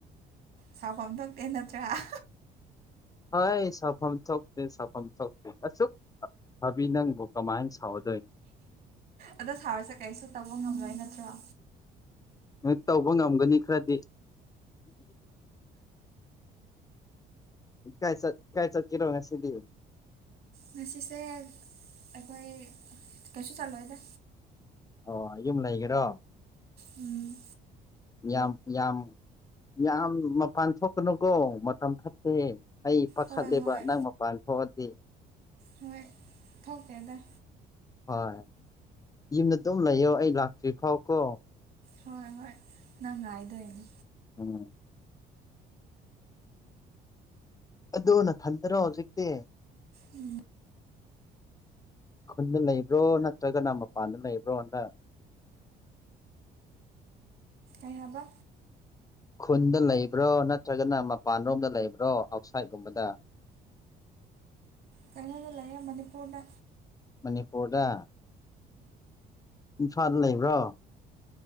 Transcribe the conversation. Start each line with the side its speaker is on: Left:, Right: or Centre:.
Right: ꯁꯥꯎꯐꯝ ꯊꯣꯛꯇꯦ ꯅꯠꯇ꯭ꯔꯥ ꯑ
Left: ꯍꯣꯏ ꯁꯥꯐꯝ ꯊꯣꯛꯇꯦ ꯁꯥꯐꯝ ꯊꯣꯛꯇꯦ ꯑꯁꯨꯛ ꯐꯥꯕꯤ ꯅꯪꯕꯨ ꯀꯃꯥꯏꯅ ꯁꯥꯎꯦ
Right: ꯑꯗꯣ ꯁꯥꯔꯁꯦ ꯀꯩꯁꯨ ꯇꯧꯕ ꯉꯝꯂꯣꯏ ꯅꯠꯇ꯭ꯔꯣ
Left: ꯅꯣꯏ ꯇꯧꯕ ꯉꯝꯒꯅꯤ ꯈꯔꯗꯤ ꯀꯥꯏ ꯆ ꯀꯥꯏ ꯆ ꯀꯤꯔꯧꯅꯥ ꯁꯤꯗꯤ
Right: ꯉꯁꯤꯁꯦ ꯑꯩꯈꯣꯏ ꯀꯩꯁꯨ ꯆꯜꯂꯣꯏꯦꯗ
Left: ꯑꯣ ꯌꯨꯝ ꯂꯩꯒꯦꯔꯣ
Right: ꯎꯝ
Left: ꯌꯥꯝ ꯌꯥꯝ ꯌꯥꯝ ꯃꯄꯥꯟ ꯊꯣꯛꯀꯅꯨꯀꯣ ꯃꯇꯝ ꯐꯠꯇꯦ ꯑꯩ ꯄꯥꯈꯠꯂꯦꯕ
Right: ꯍꯣꯏ ꯍꯣꯏ
Left: ꯅꯪ ꯃꯄꯥꯟ ꯊꯣꯛꯑꯗꯤꯦ
Right: ꯍꯣꯏ ꯊꯣꯛꯛꯦꯗ
Left: ꯍꯣꯏ ꯌꯨꯝꯗ ꯑꯗꯨꯝ ꯂꯩꯌꯣ ꯑꯩ ꯂꯥꯛꯇ꯭ꯔꯤ ꯐꯥꯎꯀꯣ
Right: ꯍꯣꯏ ꯍꯣꯏ ꯅꯪ ꯉꯥꯏꯗꯣꯏꯅꯦ
Left: ꯎꯝ ꯑꯗꯨ ꯅꯊꯟꯗꯔꯣ ꯍꯧꯖꯤꯛꯇꯤ
Right: ꯎꯝ
Left: ꯈꯨꯟꯗ ꯂꯩꯕ꯭ꯔꯣ ꯅꯠꯇ꯭ꯔꯒꯅ ꯃꯄꯥꯟꯗ ꯂꯩꯕ꯭ꯔꯣꯅ
Right: ꯑꯍꯕ
Left: ꯈꯨꯟꯗ ꯂꯩꯕ꯭ꯔꯣ ꯅꯠꯇ꯭ꯔꯒꯅ ꯃꯄꯥꯟꯔꯣꯝꯗ ꯂꯩꯕ꯭ꯔꯣ ꯑꯥꯎꯠꯁꯥꯏꯠꯀꯨꯝꯕꯗ
Right: ꯀꯩꯅꯣꯗ ꯂꯩꯌꯦꯦ ꯃꯅꯤꯄꯨꯔꯗ
Left: ꯃꯅꯤꯄꯨꯔꯗ ꯏꯝꯐꯥꯜ ꯂꯩꯕ꯭ꯔꯣ